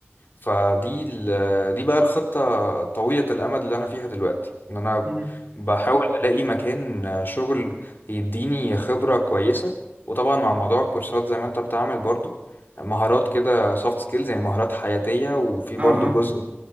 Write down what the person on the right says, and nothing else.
مم.
اه
اه